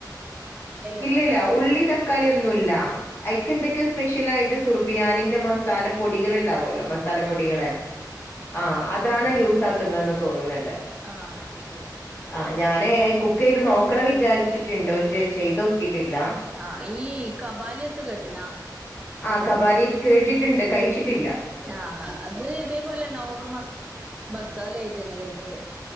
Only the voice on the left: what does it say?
ഇല്ലില്ല ഉള്ളി തക്കാളിയൊന്നുല്ല. അയിക്കെന്തൊക്കെയോ സ്പെഷ്യലായിട്ട് സുറുബ് ബിയാനിൻ്റെ മസാല പൊടികളുണ്ടാവല്ലോ. മസാല പൊടികള്
ആ അതാണ് യൂസ് ക്‌സാക്കുന്നത് എന്ന് തോന്നുന്നുണ്ട്.
ആ ഞാന് കുക്ക് ചെയ്ത് നോക്കണം വിചാരിച്ചിട്ടുണ്ട് പക്ഷെ ചെയ്ത് നോക്കിട്ടില്ല
ആ കബാലി കേട്ടിട്ടുണ്ട് കഴിച്ചിട്ടില്ല